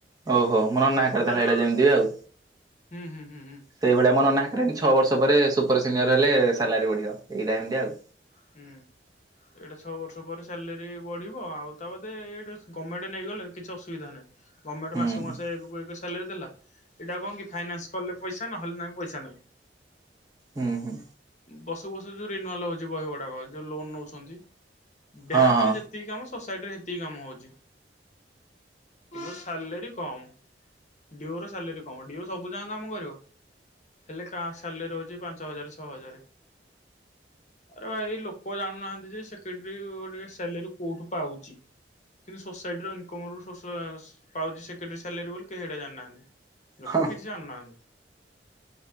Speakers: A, on the right; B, on the left.
A: ଓହୋଃ ମନ ନାଁ
B: ବର୍ତ୍ତମାନ
A: କରିଦେଲା ହେଇଟା ଯେମିତି ଆଉ,
B: ହୁଁ ହୁଁ ହୁଁ ହୁଁ
A: ସେଇଭଳିଆ ମନ ନାହା <inaudible> ଛଅ ବର୍ଷ ପରେ ସୁପର୍ ସିନିୟର୍ ହେଲେ ସାଲାରୀ ବଢିବ, ଏଇଟା ହେମିତି ଆଉ।
B: ହୁଁ ଏଇଟା ଛଅ ବର୍ଷ ପରେ ସାଲାରୀ ବଢ଼ିବ, ଆଉ ତା ବାଦେ ଏଇଟା ଗମେଣ୍ଟ ନେଇଗଲେ କିଛି ଅସୁବିଧା ନାହିଁ। ଗମେଣ୍ଟ୍
A: ହୁଁ
B: ମାସକୁ
A: ହୁଁ
B: ମାସ ଏକକୁ ଏକ ସାଲାରୀ ଦେଲା, ଏଇଟା କଣ କି ଫାଇନାନ୍ସ୍ କଲେ ପଇସା ନହେଲେ ନାହିଁ ପଇସା ନାହିଁ।
A: ହୁଁ ହୁଁ।
B: ବର୍ଷକୁ ବର୍ଷ ଯୋଉ ରିନ୍ୟୁଆଲ ହଉଛି ବହି ଗୁଡାକ ଯୋଉ ଲୋନ୍ ନଉଚ ଛନ୍ତି ବ୍ୟାଙ୍କରେ
A: ହଁ ହଁ
B: ଯେତିକି କାମ ସ ସାଇଟରେ ସେତିକି କାମ ହଉଚି, କିନ୍ତୁ ସାଲାରୀ କମ୍ ଡିଓର ସାଲାରୀ କମ୍, ଡିଓ ସବୁଯାକ କାମ କରିବ ହେଲେ କା ସାଲାରୀ ହେଉଚି ପାଞ୍ଚ ହଜାର ଛ ଛଅ ହଜାରେ, ଆରେ ଭାଇ ଲୋକ ଜାଣୁନାହାନ୍ତି ଯେ ସେକ୍ରେଟେରୀ ଗୋଟେ ସାଲାରୀ କୋଉଠୁ ପାଉଛି, ‌କିନ୍ତୁ ସୋସାଇଟିର ଇନକମ୍ ଅଫ୍ ସୋର୍ସ ପାଉଛି ସେକ୍ରେଟେରୀ ସାଲାରୀ ବୋଲି କେହି ସେଇଟା ଜାଣିନାହାନ୍ତି। ଲୋକ
A: ହଁ
B: କିଛି ଜାଣୁନାହାନ୍ତି